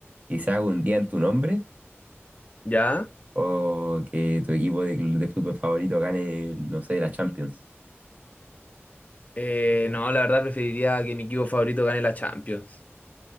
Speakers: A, on the right; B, on the left.
A: quizás un día en tu nombre?
B: ¿Ya?
A: O que tu equipo de, de fútbol favorito gane, no sé, la Champions.
B: Eh, no, la verdad preferiría que mi equipo favorito gane la Champions.